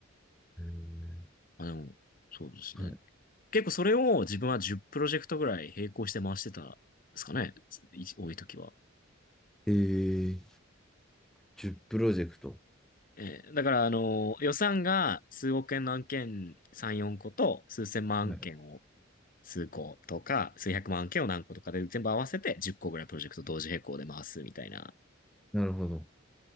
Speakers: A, in the centre; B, on the left.
A: えー
B: あ、でも、そうですね。
A: はい。
B: 結構それを自分は10プロジェクトぐらい並行して回してたんですかね。い多い時は。
A: えー、10プロジェクト。
B: えーだから、あの、予算が数億円の案件3、4個と数千万案件を
A: はい
B: 数個とか、数百万件を何個とかで全部合わせて10個ぐらいプロジェクト同時並行で回すみたいな
A: なるほど。